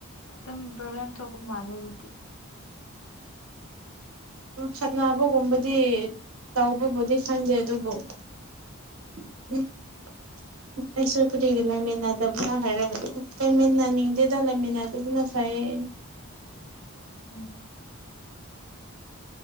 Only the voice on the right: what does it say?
ꯈꯠꯅꯕꯒꯨꯝꯕꯗꯤ ꯇꯧꯕꯕꯨꯗꯤ ꯈꯪꯗꯦ ꯑꯗꯨꯕꯨ <unintelligible>
ꯑꯩꯁꯨ ꯀꯔꯤꯒꯤ ꯂꯩꯥꯏꯃꯤꯟꯅꯗꯕꯔꯥ ꯍꯥꯏꯔꯒ ꯂꯩꯃꯤꯟꯅꯅꯤꯡꯗꯦꯗ ꯂꯩꯃꯤꯟꯅꯗꯗꯨꯅ ꯐꯩ